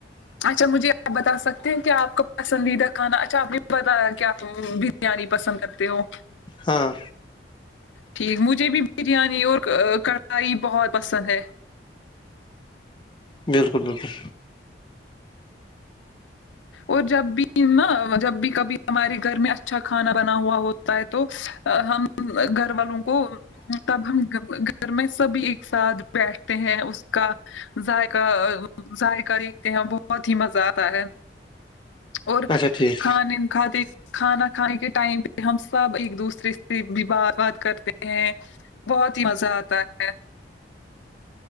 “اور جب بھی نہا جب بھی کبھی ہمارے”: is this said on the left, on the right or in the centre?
Left